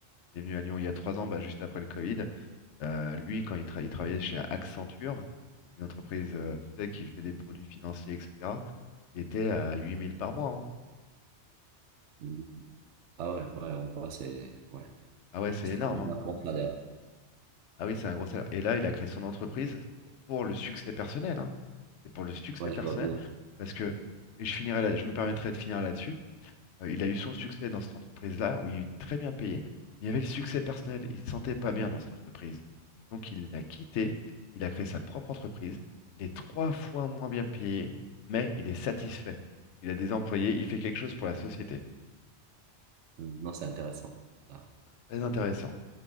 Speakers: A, on the left (about 80°); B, on the right (about 80°).
A: Il est venu à Lyon il y a trois ans, bah, juste après le Covid. Euh, lui, quand il, tra- il travaillait chez Accenture, une entreprise, euh, tu sais, qui fait des produits financiers, etc., il était à 8000 par mois. hein.
B: Mm. Ah
A: Ça fait...
B: ouais, ouais, on voit, c'est ouais.
A: Ah ouais, c'est
B: C'est
A: énorme.
B: comme
A: hein.
B: un bon salaire.
A: Ah oui, c'est un gros salaire. Et là, il a créé son entreprise pour le succès personnel. hein. C'est pour le succès
B: Ouais,
A: personnel.
B: je vois bien.
A: Parce que, et je finirai là- je me permettrai de finir là-dessus. Euh, il a eu son succès dans cette entreprise-là, où il était très bien payé, mais il y avait le succès personnel, il se sentait pas bien dans cette entreprise. Donc il l'a quitté, il a créé sa propre entreprise, il est trois fois moins bien payé, mais il est satisfait. Il a des employés, il fait quelque chose pour la société.
B: Mm. Non, c'est intéressant. Ah,
A: Très intéressant.